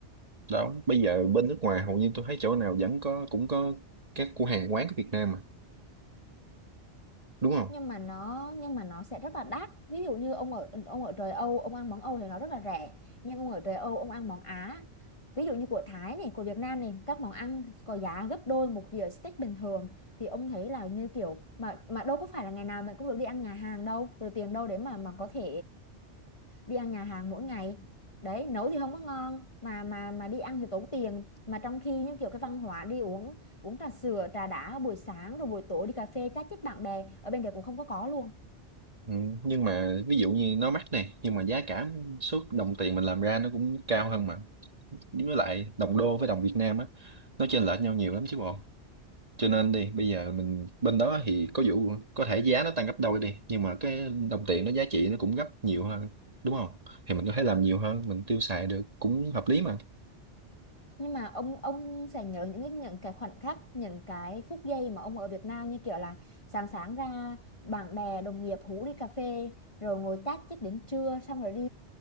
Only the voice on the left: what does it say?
nhưng mà nó nhưng mà nó sẽ rất là đắt ví dụ như ông ở ông ở trời Âu ông ăn món Âu thì nó rất là rẻ nhưng ông ở trời Âu ông ăn món Á ví dụ như của Thái này của Việt Nam này các món ăn có giá gấp đôi một dĩa steak bình thường thì ông thấy là như kiểu mà mà đâu có phải là ngày nào mình cũng được đi ăn nhà hàng đâu rồi tiền đâu để mà mà có thể đi ăn nhà hàng mỗi ngày đấy nấu thì không có ngon mà mà mà đi ăn thì tốn tiền mà trong khi những kiểu cái văn hóa đi uống uống trà sữa trà đá buổi sáng rồi buổi tối đi cà phê chat chít bạn bè ở bên đấy cũng không có có luôn
nhưng mà ông ông sẽ nhớ những cái- những cái khoảnh khắc những cái phút giây mà ông ở Việt Nam như kiểu là sáng sáng ra bạn bè đồng nghiệp hú đi cà phê rồi ngồi chat chít đến trưa xong rồi đi